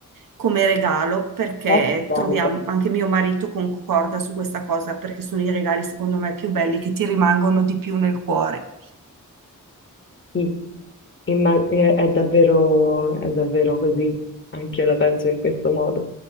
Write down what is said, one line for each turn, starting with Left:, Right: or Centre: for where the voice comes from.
Right: come regalo, perché
Left: Beh, che bello.
Right: troviamo, anche mio marito concorda su questa cosa, perché sono i regali secondo me più belli che ti rimangono di più nel cuore.
Left: Mm. Imma- è è davvero, è davvero così, anche io la penso in questo modo.